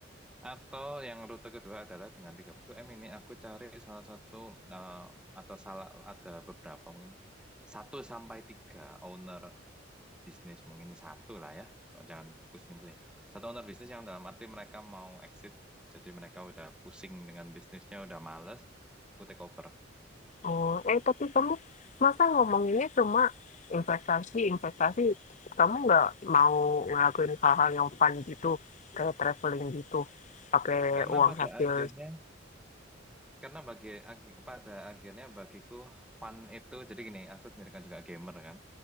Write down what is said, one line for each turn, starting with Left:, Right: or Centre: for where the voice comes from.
Centre: atau yang rute kedua adalah dengan 30 M ini aku cari salah satu eh, atau salah ada beberapa mungkin satu sampai tiga owner bisnis mungkin satu lah ya Oh, jangan pusing-pusing satu owner bisnis yang dalam arti mereka mau exit jadi mereka udah pusing dengan bisnisnya udah males aku take over
Left: Oh, eh tapi kamu masa ngomonginnya cuma investasi, investasi. Kamu nggak mau ngelakuin hal-hal yang fun gitu, kayak traveling gitu, pakai
Centre: karena
Left: uang
Centre: pada
Left: hasil
Centre: akhirnya karena bagi ag- pada akhirnya bagiku fun itu jadi gini aku sendiri kan juga gamer kan